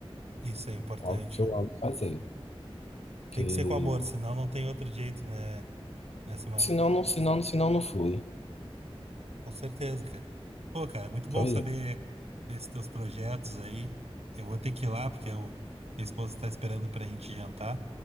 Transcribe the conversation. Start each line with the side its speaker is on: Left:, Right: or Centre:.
Right: Isso é importante,
Left: Com algo que
Right: cara.
Left: eu amo fazer. Porque
Right: Tem que ser com amor, senão não tem outro jeito, né, né, Simar?
Left: senão não, senão, senão não flui.
Right: Com certeza, cara. Pô, cara, é muito bom
Left: Pois
Right: saber
Left: é.
Right: desses teus projetos aí. Eu vou ter que ir lá, porque eu, minha esposa está esperando pra gente jantar.